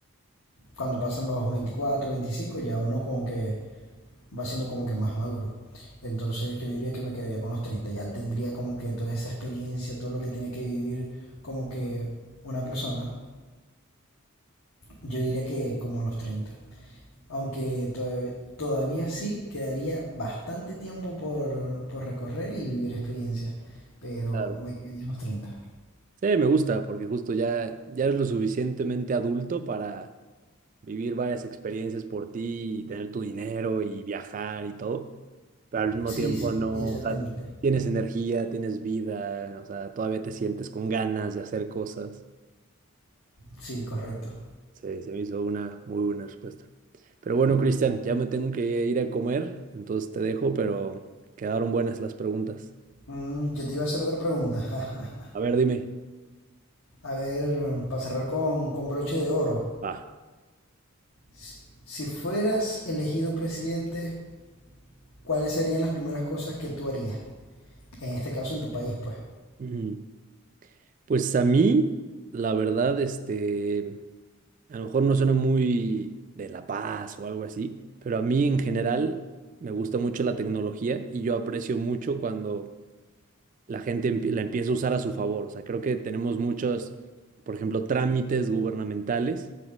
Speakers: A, on the left (about 75°); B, on the right (about 35°).
A: cuando pasan los 24 25 ya uno como que va siendo como que más maduro. Entonces yo diría que me quedaría con los treinta ya tendría como que toda esa experiencia, todo lo que tiene que vivir como que una persona, yo diría que como los treinta Aunque todavía, todavía sí quedaría bastante tiempo por, por recorrer y vivir experiencias, pero
B: Claro.
A: me quedaría en los treinta
B: Sí, me gusta porque justo ya, ya eres lo suficientemente adulto para vivir varias experiencias por ti y tener tu dinero y viajar y todo, pero al mismo
A: Sí,
B: Sí. tiempo
A: sí,
B: no,
A: exactamente.
B: o sea, tienes energía, tienes vida, o sea, todavía te sientes con ganas de hacer cosas.
A: Sí, correcto.
B: Se, se me hizo una muy buena respuesta. Pero bueno, Cristian, ya me tengo que ir a comer, entonces te dejo, pero quedaron buenas las preguntas.
A: Mm, yo te iba a hacer otra pregunta. <laughs>
B: A ver, dime.
A: A ver, para cerrar con, con broche de oro.
B: Va.
A: Si, si fueras elegido presidente, ¿cuáles serían las primeras cosas que tú harías? En este caso, en tu país, pues.
B: Ujú. Pues a mí, la verdad, este, a lo mejor no suena muy de La Paz o algo así, pero a mí en general me gusta mucho la tecnología y yo aprecio mucho cuando la gente empie- la empieza a usar a su favor. O sea, creo que tenemos muchos, por ejemplo, trámites gubernamentales,